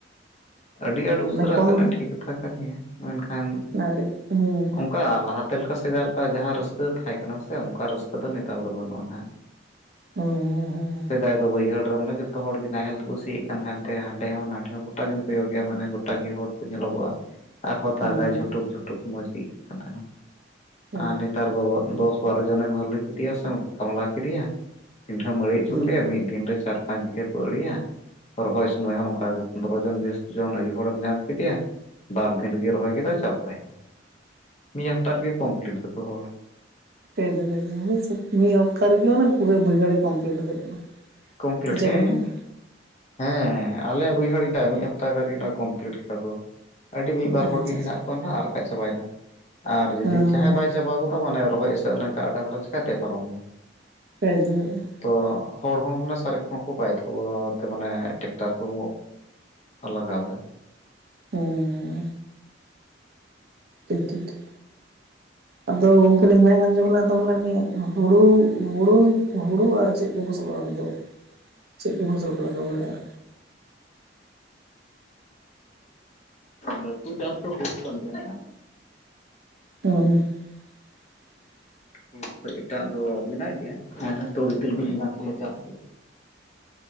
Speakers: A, on the left (about 40°); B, on the right (about 55°).
A: ᱟᱹᱰᱤ ᱟᱸᱴ ᱩᱥᱟᱹᱨᱟᱜ
B: ᱚᱱᱟ ᱠᱚᱢ
A: ᱠᱟᱱᱟ ᱴᱷᱤᱠ ᱠᱟᱛᱷᱟ ᱠᱟᱱ ᱜᱮᱭᱟ, ᱢᱮᱱᱠᱷᱟᱱ
B: <unintelligible> ᱦᱮᱸ᱾
A: ᱚᱝᱠᱟ ᱞᱟᱦᱟᱛᱮ ᱞᱮᱠᱟ ᱥᱮᱫᱟᱭ ᱞᱮᱠᱟ ᱡᱟᱦᱟᱸ ᱨᱟᱹᱥᱠᱟᱹ ᱛᱟᱦᱮᱸ ᱠᱟᱱᱟ ᱥᱮ ᱚᱝᱠᱟ ᱨᱟᱹᱥᱠᱟᱹ ᱫᱚ ᱱᱮᱛᱟᱨ ᱫᱚ ᱵᱟᱹᱱᱩᱜᱼᱟ ᱱᱟᱜ᱾
B: ᱦᱩᱸ᱾ ᱦᱩᱸ
A: ᱥᱮᱫᱟᱭ ᱫᱚ ᱵᱟᱹᱭᱦᱟᱹᱲ ᱨᱮ ᱢᱟᱱᱮ ᱡᱚᱛᱚ ᱦᱚᱲ ᱜᱮ ᱱᱟᱦᱮᱞ ᱛᱮᱠᱚ ᱥᱤᱭᱮᱫ ᱠᱟᱱ ᱛᱟᱦᱮᱱ ᱛᱮ ᱦᱟᱸᱰᱮ ᱦᱚᱸ ᱱᱟᱸᱰᱮ ᱦᱚᱸ ᱜᱚᱴᱟᱜᱮᱢ ᱠᱚᱭᱳᱜᱮᱭᱟ ᱢᱟᱱᱮ ᱜᱚᱴᱟᱜ ᱜᱮ ᱦᱚᱲ ᱠᱚ ᱧᱮᱞᱚᱜᱚᱜᱼᱟ, ᱟᱨᱦᱚᱸ
B: ᱦᱩᱸ
A: ᱫᱟᱜᱟᱭ ᱡᱷᱩᱴᱩᱠ ᱡᱷᱩ ᱴᱩᱠ ᱢᱚᱸᱡᱽ ᱜᱮ ᱟᱹᱭᱠᱟᱹᱜ ᱠᱟᱱ ᱛᱟᱦᱮᱱᱟ
B: ᱦᱩᱸ
A: ᱟᱨ ᱱᱤᱛ ᱱᱮᱛᱟᱨ ᱫᱚ ᱫᱚᱥ ᱵᱟᱨᱚ ᱡᱚᱱᱮᱢ ᱦᱟᱨᱞᱤ ᱠᱮᱫᱮᱭᱟᱥᱮᱢ, ᱠᱟᱢᱞᱟ ᱠᱮᱫᱮᱭᱟ᱾ ᱯᱤᱰᱷᱟᱹᱢ ᱢᱟᱹᱲᱤ ᱦᱚᱪᱚ
B: ᱦᱩᱸ
A: ᱠᱮᱫᱮᱭᱟ ᱢᱤᱜ ᱫᱤᱱ ᱨᱮ ᱪᱟᱨ ᱯᱟᱸᱪ ᱵᱤᱜᱷᱟ ᱠᱚ ᱟᱲᱤᱭᱟ ᱨᱚᱦᱚᱭ ᱥᱳᱢᱚᱭ ᱦᱚᱸ ᱚᱝᱠᱟ ᱜᱮ ᱫᱚᱥ ᱡᱚᱱ ᱵᱤᱥ ᱡᱚᱱ ᱟᱹᱭᱩ ᱦᱚᱲᱮᱢ ᱧᱟᱢ ᱠᱮᱫᱮᱭᱟ ᱵᱟᱨ ᱫᱤᱱ ᱨᱮᱜᱮ ᱨᱚᱦᱚᱭ ᱠᱮᱫᱟ ᱪᱟᱵᱟᱭᱮᱱᱟ᱾ ᱢᱤᱫ ᱦᱟᱯᱛᱟ ᱨᱮᱜᱮ ᱠᱚᱢᱯᱞᱤᱴ ᱮᱫᱟᱠᱚ ᱦᱚᱲ᱾
B: <unintelligible> ᱢᱤᱫ ᱦᱚᱸᱠᱠᱟ ᱜᱮᱭᱚᱱᱟ ᱯᱩᱨᱟᱹ ᱵᱟᱹᱭᱦᱟᱹᱲ ᱜᱮ ᱠᱚᱢᱯᱞᱤᱴ᱾ ᱠᱟᱱᱟ
A: ᱠᱚᱢᱯᱞᱤᱴ
B: ᱥᱮ ᱪᱮᱫ
A: ᱦᱮᱸᱻ
B: ᱵᱮᱱ ᱢᱮᱱᱫᱟ?
A: ᱦᱮᱸᱻ ᱟᱞᱮᱭᱟᱜ ᱵᱟᱹᱭᱦᱟᱹᱲ ᱮᱴᱟᱜ ᱢᱤᱫ ᱦᱟᱯᱛᱟ ᱠᱷᱟᱱ ᱜᱮᱠᱚ ᱠᱚᱢᱯᱞᱤᱴ ᱠᱮᱫᱟ ᱠᱚ, ᱟᱹᱰᱤ ᱢᱤᱫ ᱵᱟᱨ
B: ᱟᱪᱪᱷᱟ
A: ᱦᱚᱲᱜᱮ
B: ᱟᱪᱪᱷᱟ
A: ᱦᱮᱱᱟᱜ ᱚᱱᱦᱟᱜ ᱟᱨ ᱵᱟᱠᱷᱟᱡ ᱪᱟᱵᱟᱭᱮᱱᱟ ᱟᱨ ᱡᱩᱫᱤ
B: ᱦᱮᱸ
A: ᱡᱟᱦᱟᱸᱭ
B: ᱦᱮᱸ
A: ᱵᱟᱭ ᱪᱟᱵᱟ ᱜᱚᱫᱟ ᱢᱟᱱᱮ ᱨᱚᱦᱚᱭ ᱮᱥᱮᱫ ᱞᱮᱱᱠᱷᱟᱱ ᱰᱟᱝᱨᱟ ᱪᱮᱟᱹᱛᱮᱭ ᱯᱟᱨᱚᱢᱮᱭᱟ?
B: ᱯᱮᱡ ᱢᱮᱱᱟᱜᱼᱟ
A: ᱛᱚ ᱦᱚᱲ ᱦᱚᱸ ᱢᱟᱱᱮ ᱥᱟᱨᱮᱡ ᱠᱚ ᱵᱟᱭᱫᱷᱚ ᱛᱮ ᱢᱟᱱᱮ ᱴᱮᱠᱴᱷᱟᱠ ᱠᱚ ᱞᱟᱜᱟᱣ ᱮᱫᱟ
B: ᱦᱮᱸ ᱴᱷᱤᱠ ᱴᱷᱤᱠ ᱴᱷᱤᱠ ᱟᱫᱚ ᱜᱚᱢᱠᱮ ᱞᱤᱧ ᱢᱮᱱ ᱮᱫᱟ ᱵᱚᱞᱮ ᱟᱫᱚ ᱵᱚᱞᱮ ᱚᱱᱤ ᱦᱩᱲᱩ ᱦᱩᱲᱩ ᱦᱩᱲᱩ ᱟᱨ ᱪᱮᱫ ᱠᱚ ᱯᱷᱟᱥᱚᱞ ᱚᱲᱟᱜ ᱨᱮᱫᱚ <inaudible> ᱪᱮᱫ ᱠᱚ ᱯᱷᱚᱥᱚᱞ ᱯᱮ ᱞᱟᱜᱟᱣ ᱵᱟᱲᱟᱭᱟ ᱟᱨ?
A: ᱞᱟᱴᱩ ᱪᱟᱥ ᱫᱚ ᱦᱩᱭᱩᱜ ᱠᱟᱱ ᱜᱮᱭᱟ ᱱᱟᱦᱟᱜ
B: ᱦᱩᱸ ᱦᱩᱸ <inaudible>
A: ᱦᱩᱲᱩ ᱠᱷᱚᱡ ᱮᱴᱟᱜ ᱫᱚ ᱢᱮᱱᱟᱜ ᱜᱮᱭᱟ ᱦᱮᱸ ᱛᱩᱲᱤ ᱛᱤᱞᱢᱤᱧ ᱮᱢᱟᱱ ᱠᱚᱞᱮ ᱪᱟᱥ ᱜᱮᱭᱟ